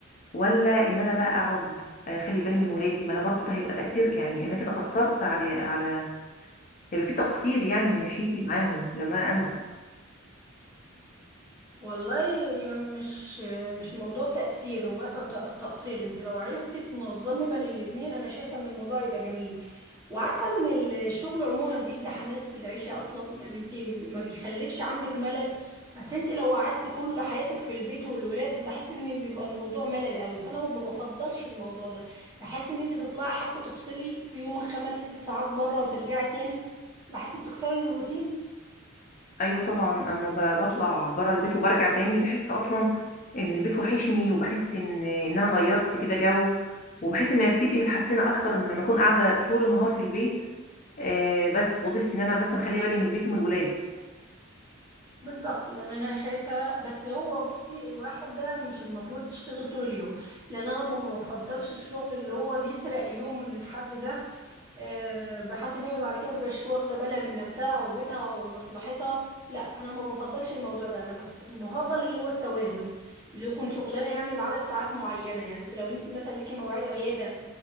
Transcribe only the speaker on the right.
والله مش مش موضوع تأثير هو ت- تقصير انت لو عرفتي تنظمي بين الاتنين انا شايفة ان الموضوع يبقى جميل وعارفة ان الشغل عموما بيدي حماس في العيشة اصلا يعني انت ما بيخليكش عندك ملل بس انت لو قعدت كل حياتك في البيت والولاد بحس ان بيبقى الموضوع ملل قوي فانا ما بفضلش الموضوع ده بحس ان انت تطلعي حتى تفصلي في يومك خمس ست ساعات بره وترجعي تاني بحس بتكسري الروتين
بالظبط يعني انا شايفه بس هو بصي الواحد ده مش المفروض تشتغل طول اليوم لان انا ما بفضلش الشغل اللي هو بيسرق اليوم من الحد ده آه، بحيث ان هي بعد كده متبقاش واخده بالها من نفسها او بيتها او مصلحتها لا انا ما بفضلش الموضوع ده انا بفت- بفضل اللي هو التوازن اللي يكون شغلانه يعني بعدد ساعات معينه يعني انت لو انت مثلا ليكي مواعيد عياده